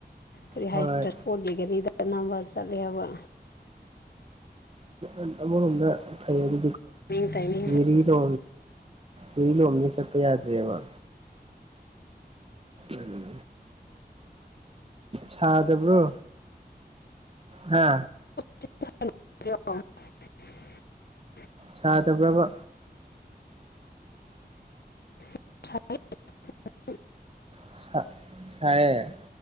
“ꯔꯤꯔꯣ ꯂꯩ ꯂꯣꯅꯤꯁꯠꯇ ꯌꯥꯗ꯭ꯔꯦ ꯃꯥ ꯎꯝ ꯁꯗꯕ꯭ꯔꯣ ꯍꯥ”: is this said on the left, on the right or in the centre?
Right